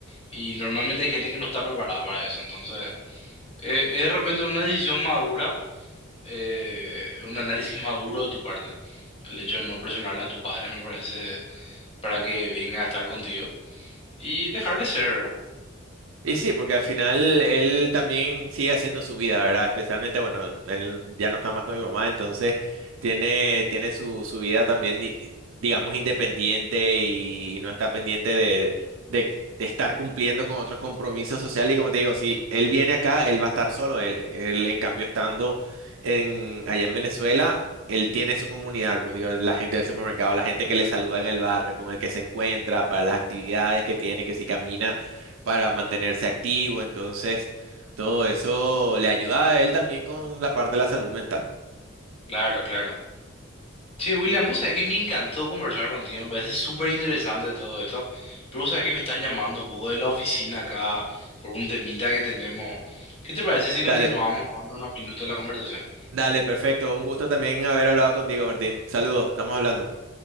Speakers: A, on the left; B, on the right.
A: Y normalmente hay gente que no está preparada para eso, entonces eh, es de repente una decisión madura, eh, un análisis maduro de tu parte. El hecho de no presionarle a tu padre me parece para que venga a estar contigo y dejarle ser, ¿verdad?
B: Y sí, porque al final él también sigue haciendo su vida, ¿verdad? Especialmente, bueno, él ya no está más con mi mamá, entonces tiene, tiene su, su vida también, i- i- digamos, independiente y, no está pendiente de, de, de estar cumpliendo con otros compromisos sociales. Y como te digo, si él viene acá, él va a estar solo. Él, él en cambio, estando en, allá en Venezuela, él tiene su comunidad, como digo, la gente del supermercado, la gente que le saluda en el barrio, con el que se encuentra, para las actividades que tiene, que si camina para mantenerse activo, entonces todo eso le ayuda a él también con la parte de la salud mental.
A: Claro, claro. Che, William, vos sabés que me encantó conversar contigo, me parece súper interesante todo esto, pero vos sabés que me están llamando un poco de la oficina acá por un temita que tenemos. ¿Qué te parece si
B: Dale,
A: continuamos en unos minutos la conversación?
B: dale, perfecto. Un gusto también haber hablado contigo, Martín. Saludos, estamos hablando.